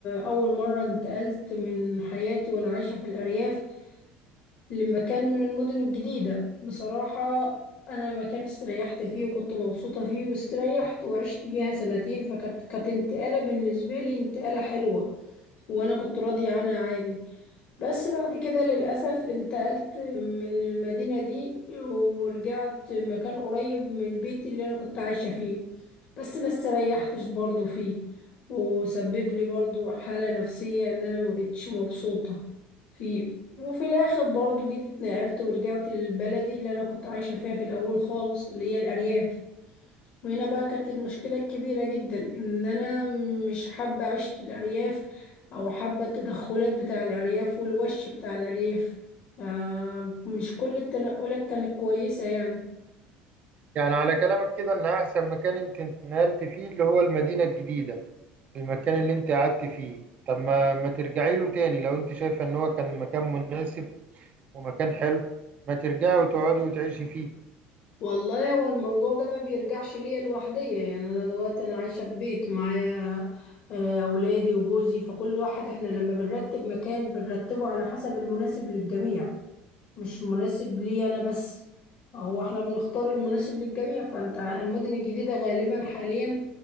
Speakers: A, on the left; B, on the right.
A: اول مرة انتقلت من حياتي وانا عايشة في الارياف لمكان من المدن الجديدة بصراحة انا مكان استريحت فيه وكنت مبسوطة فيه واستريحت وعشت فيها سنتين فكانت كانت انتقالة بالنسبة لي انتقالة حلوة وانا كنت راضية عنها عادي بس بعد كده للأسف انتقلت من المدينة دي ورجعت مكان قريب من بيتي اللي انا كنت عايشة فيه بس ما استريحتش برضو فيه وسبب لي برضو حالة نفسية ان انا ما بقتش مبسوطة فيه وفي الاخر برضو جيت اتنقلت ورجعت لبلدي اللي انا كنت عايشة فيها في الاول خالص اللي هي الارياف وهنا بقى كانت المشكلة الكبيرة جدا إن أنا مش حابة عيشة الأرياف أو حابة التدخلات بتاع الأرياف والوش بتاع الأرياف فمش كل التنقلات كانت كويسة يعني
B: يعني على كلامك كده إن أحسن مكان أنت اتنقلت فيه اللي هو المدينة الجديدة المكان اللي انت قعدت فيه طب ما ما ترجعي له تاني لو انت شايفة ان هو كان مكان مناسب ومكان حلو ما ترجعي وتقعدي وتعيشي فيه
A: والله هو الموضوع ده ما بيرجعش ليا لوحدية يعني أنا دلوقتي أنا عايشة في بيت ومعايا آه، أولادي وجوزي فكل واحد إحنا لما بنرتب مكان بنرتبه على حسب المناسب للجميع مش مناسب لي انا بس هو احنا بنختار المناسب للجميع فانت المدن الجديدة غالبا حاليا